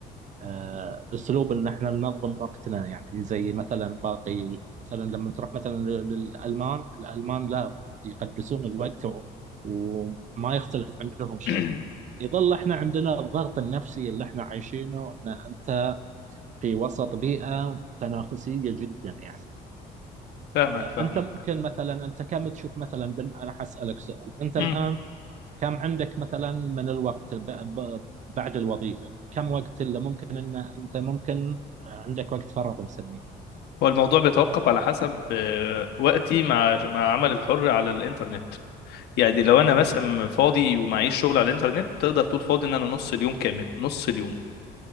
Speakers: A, on the right (about 45°); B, on the left (about 75°).
A: آه، اسلوب ان احنا ننظم وقتنا يعني زي مثلا باقي مثلا لما تروح مثلا للالمان الالمان لا يقدسون الوقت و- وما يختلف عندهم شيء
B: <clears throat>
A: يظل احنا عندنا الضغط النفسي اللي احنا عايشينه ان انت في وسط بيئة تنافسية جدا يعني
B: فاهمك فاهمك
A: انت ممكن مثلا انت كم تشوف مثلا بن انا حسألك سؤال انت
B: مم.
A: الان كم عندك مثلا من الوقت ب- ب- بعد الوظيفة كم وقت اللي ممكن ان انت ممكن عندك وقت فراغ نسميه
B: هو الموضوع بيتوقف على حسب آه، وقتي مع مع عمل الحر على الانترنت يعني لو انا مثلا فاضي ومعيش شغل على الانترنت تقدر تقول فاضي ان انا نص اليوم كامل نص اليوم